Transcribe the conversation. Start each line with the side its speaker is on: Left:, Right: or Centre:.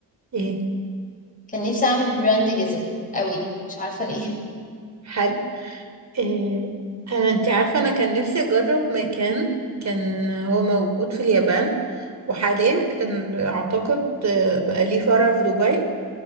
Right: ايه
Left: كان نفسي اعمل براند جزم قوي مش عارفه ليه <laughs>
Right: حلو إيه. انا انت عارفة انا كان نفسي اجرب مكان كان هو موجود في اليابان وحاليا كان اعتقد آه، بقى ليه فرع في دبي